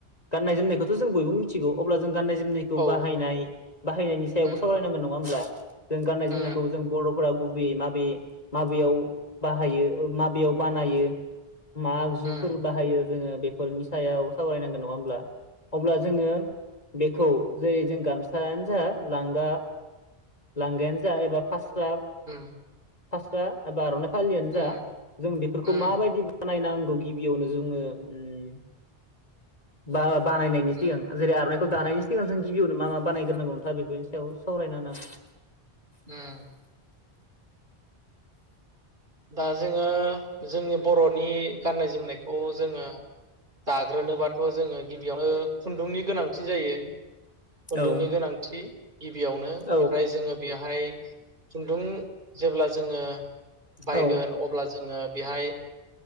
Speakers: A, on the left; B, on the right.
A: गाननाय जोमनायखौथ' जों बयबो मिथिगौ अब्ला जों गाननाय जोमनायखौ
B: औ
A: बाहायनाय
B: उम
A: बाहायनायनि सायावबो
B: उम
A: सावरायनांगोन नङा होमब्ला जों गाननाय जोमनायखौ
B: उम
A: जों बर'फोरा गुबुन बै माबे माबेयाव बाहायो ओ माब बेयाव बानायो मा आगजुफोर
B: उम उम
A: बाहायो जोङो बेफोरनि सायाव सावरायनांगोन नङा होमब्ला अब्ला जोङो बे खौ जेरै जों गामसायानो जा लांगा लांगायानो जा एबा फास्रा
B: उम
A: फास्रा एबा आर'नाय फालियानो
B: उम
A: जा जों बेफोरखौ
B: उम
A: माबायदि बानाय नांगौ गिबियावनो जोङो ओम <unintelligible> बानायनायनि सिगां
B: उम
A: जेरै आर'नायखौ दानायनि सिगां जों गिबियावनो मा माबा बानायग्रोनांगौ नोंथाङा बेफोरनि सायाव सावरायना होनो <unintelligible>
B: ओम दा जोङो जोंनि बर'नि गाननाय जोमनायखौ जोङो दाग्रोनोबाथ' जोङो गिबियावनो खुन्दुंनि गोनांथि जायो खुन्दुंनि
A: औ
B: गोनांथि गिबियावनो
A: औ
B: ओमफ्राय जोङो बेयाव बेहाय खुन्दुं जेब्ला जोङो बायगोन
A: औ
B: अब्ला जों जोङो बेहाय